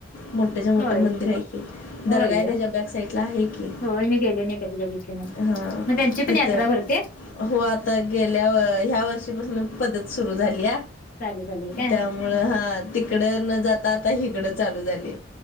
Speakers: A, on the left (about 75°); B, on the left (about 45°).
A: मोठ्याच्या मोठं
B: होय
A: मंदिर आहे
B: होय
A: दर्गा आहे त्याच्या बॅक साइडला आहे कि
B: होय मी गेले नाही कधी बघितले नाही
A: हा
B: मग त्यांची पण
A: तिथं
B: यात्रा भरते
A: हो आता गेल्या ह्या वर्षीपासून पद्धत सुरू झाली
B: चाले झाले काय
A: त्यामुळं हा तिकडं न जाता आता हिकडं चालू झाली